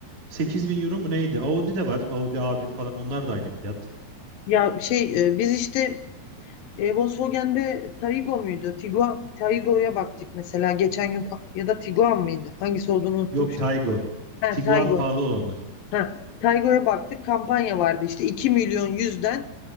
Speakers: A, on the right; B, on the left.
A: 8000 euro mu neydi? Audi de var. Audi a bir falan onlar da aynı fiyat.
B: Ya şey e, biz işte E, Volkswagen'de Taygo muydu? Tiguan, Taygo'ya baktık mesela geçen gün ka- ya da Tiguan mıydı? Hangisi olduğunu unuttum
A: Yok
B: şu
A: Taygo.
B: an. Ha,
A: Tiguan
B: Taygo.
A: pahalı olanı.
B: Ha, Taygo'ya baktık kampanya vardı işte 2 milyon yüzden